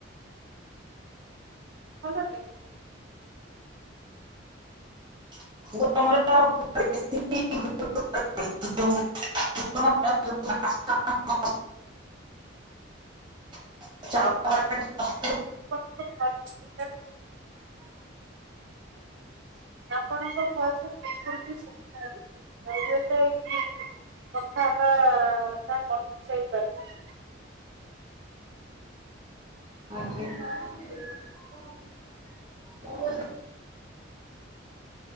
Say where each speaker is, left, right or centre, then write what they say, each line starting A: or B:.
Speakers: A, on the right; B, on the right.
A: ଭଲ ଲାଗିଲା।
B: <unintelligible> <unintelligible>
A: ଆପଣଙ୍କ ଭୋଏସ ଟଟାଲି ଶୁଭୁନି। ଆପଣଙ୍କ ଭୋଇସ <unintelligible> କଥା ବା ତା କଟି ଯାଇପାରେ
B: ଆଜ୍ଞା